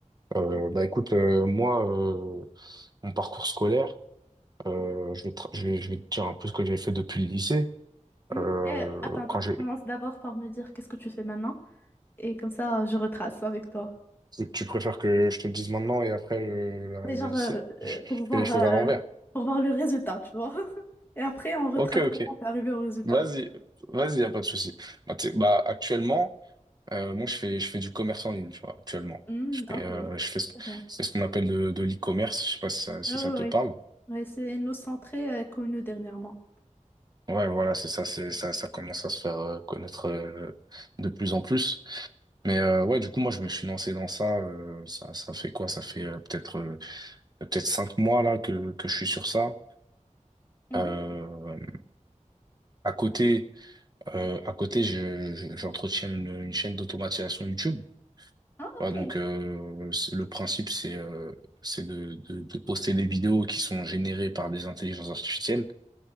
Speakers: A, on the right; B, on the left.
A: euh, bah écoute, euh, moi, euh, mon parcours scolaire, euh, je vais te, je vais, je vais te dire un peu ce que j'ai fait depuis le lycée.
B: Mhm.
A: Euh,
B: Euh, attends, attends,
A: quand j'ai,
B: commence d'abord par me dire qu'est-ce que tu fais maintenant et comme ça, je retrace avec toi.
A: tu préfères que je te le dise maintenant et après euh, la-
B: Mais
A: le
B: genre,
A: lycée?
B: euh,
A: Je,
B: euh,
A: je
B: pour voir,
A: fais les choses
B: euh,
A: à l'envers.
B: pour voir le résultat, tu vois. <laughs> Et après, on retrace
A: Ok, ok.
B: comment t'es arrivé au résultat.
A: Vas-y, vas-y, y a pas de souci. Bah, tu sais, bah, actuellement. Euh, moi, je fais, je fais du commerce en ligne, tu vois, actuellement.
B: Hmm,
A: Je
B: ok.
A: fais, euh, je fais, ce-
B: Très bien.
A: c'est ce qu'on appelle de, de l'e-commerce. Je sais pas si ça, si
B: Ouais, ouais,
A: ça te
B: ouais.
A: parle.
B: Ouais, c'est une nous centrée euh, connue dernièrement.
A: Ouais, voilà, c'est ça, c'est ça, ça commence à se faire euh, connaître euh, de plus en plus. Mais euh, ouais, du coup, moi, je me suis lancé dans ça. euh, ça, ça fait quoi? Ça fait euh, peut-être euh, peut-être cinq mois là que que je suis sur ça.
B: Mhm.
A: Euh, à côté, euh, à côté, je, je- j'entretiens une, une chaîne d'automatisation YouTube.
B: Ah,
A: Ouais,
B: ok.
A: donc
B: Ouais,
A: euh, c'est- le principe c'est euh, c'est de, de, de poster des vidéos qui sont générées par des intelligences artificielles